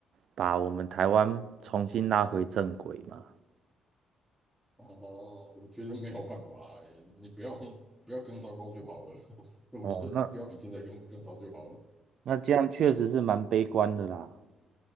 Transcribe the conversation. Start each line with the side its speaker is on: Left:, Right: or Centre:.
Right: 把我们台湾重新拉回正轨吗？
Centre: 哦，我觉得没有办法哎，你不要不要更糟糕就好了。<laughs> 我觉得不要比现在更更糟就好了。
Right: 哦，那那这样确实是蛮悲观的啦。